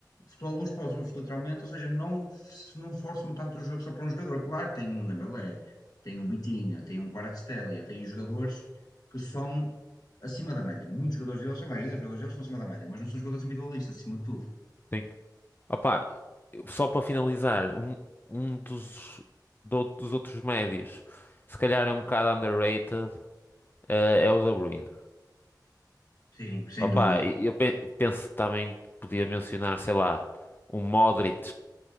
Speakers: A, on the left; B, on the left.
A: futebol uns para os outros, literalmente, ou seja, não, f- não forçam tanto o jogo só para um jogador. Claro que tem um Dembélé, tem um Bitinha, tem um Kvaratskhelia, tem jogadores que são acima da média. Muitos jogadores deles, a maioria dos jogadores deles são acima da média, mas não são jogadores individualistas, acima de tudo.
B: sim. Opá, só para finalizar, um, um dos, do- dos outros médios, se calhar é um bocado underrated, Eh, é o De Bruyne.
A: Sim, sem
B: Opa,
A: dúvida.
B: e- eu pe- penso também podia mencionar, sei lá, o Modric.